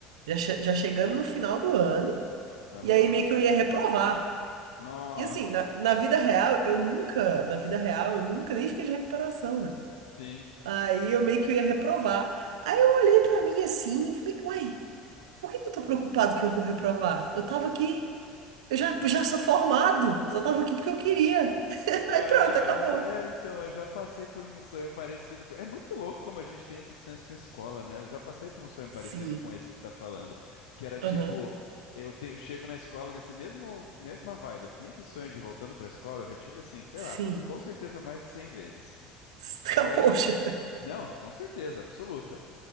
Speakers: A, on the right; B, on the left.
A: já, che- já chegando no final do ano,
B: aham.
A: e aí meio que eu ia reprovar.
B: Nossa,
A: E assim, na, na vida real, eu nunca, na vida real, eu nunca nem fiquei de recuperação, né?
B: sim.
A: Aí eu meio que eu ia reprovar. Aí eu olhei pra mim assim e falei, uai, por que que eu tô preocupado que eu vou reprovar? Eu tava aqui. Eu já, já sou formado, só tava aqui porque eu queria. <laughs>
B: Caramba,
A: Aí pronto, acabou.
B: mas é, então, eu já passei por um sonho parecido. É muito louco como a gente tem esses sonhos com escola, né? Eu já passei por um sonho parecido
A: Sim.
B: com esse que você está falando, que era tipo,
A: Aham,
B: eu tenho, chego na escola nesse mesmo, mesma vibe, assim, esse sonho de voltando para a escola, eu já tive assim, sei
A: sim.
B: lá, com certeza mais de 100 vezes.
A: <laughs>
B: E aí,
A: Poxa.
B: não, com certeza, absoluta.